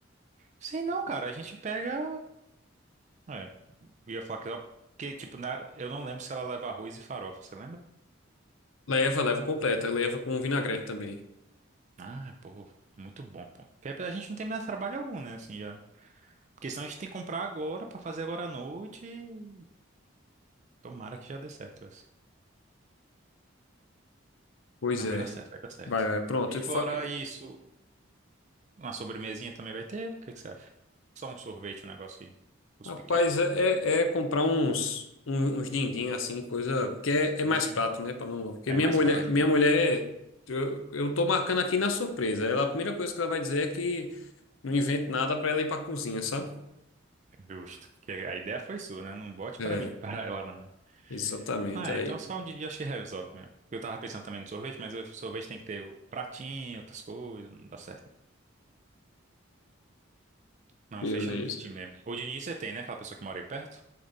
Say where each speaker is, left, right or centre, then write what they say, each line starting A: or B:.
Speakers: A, on the right; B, on the left.
A: Sim, não, cara, a gente pega. É, eu ia falar que só. Porque, tipo, na... eu não lembro se ela leva arroz e farofa, você lembra?
B: Leva, leva completa. Leva com vinagrete também.
A: Ah, pô, muito bom, pô. Porque a gente não tem mais trabalho algum, né? Assim, já. Porque senão a gente tem que comprar agora pra fazer agora à noite. e Tomara que já dê certo essa.
B: Pois
A: Não,
B: é.
A: vai dar certo, vai dar certo.
B: Vai, vai. Pronto.
A: E fora
B: Ele fa-
A: isso, uma sobremesinha também vai ter? O que que você acha? Só um sorvete, um negócio que os
B: Rapaz,
A: pequenos.
B: é, é- é comprar uns, um- uns din-din, assim, coisa. que é, é mais
A: Hum,
B: prato, né? para não, porque
A: é
B: minha
A: mais
B: mulher,
A: prático,
B: minha
A: né?
B: mulher, eu, eu tô marcando aqui na surpresa. Ela, a primeira coisa que ela vai dizer é que não invento nada para ela ir pra cozinha, sabe?
A: Justo. Porque a ideia foi sua, né? Não bote
B: É,
A: pra mim, <laughs> para ela não, né?
B: exatamente.
A: Ah,
B: Aí,
A: é, então só um dia acho que resolve mesmo. Eu tava pensando também no sorvete, mas o sorvete tem que ter o pratinho, outras coisas, não dá certo. Não,
B: beleza.
A: fecha no din-din mesmo. O din-din você tem, né? Aquela pessoa que mora aí perto?